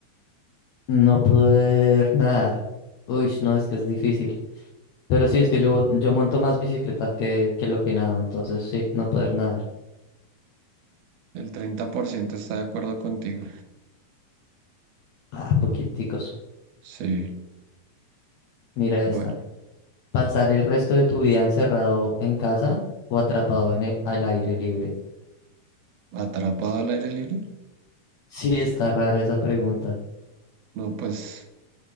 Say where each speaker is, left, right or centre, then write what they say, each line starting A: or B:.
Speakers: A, on the left; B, on the right.
A: No poder nadar. Uy, no, es que es difícil. Pero sí, es que yo, yo monto más bicicleta que, que lo que nado. Entonces sí, no poder nadar.
B: El 30% está de acuerdo contigo.
A: Ah, poquiticos.
B: Sí,
A: Mira
B: bueno,
A: esta. Pasar el resto de tu vida encerrado en casa o atrapado en el, al aire libre.
B: atrapado al aire libre.
A: Sí, está rara esa pregunta.
B: No, pues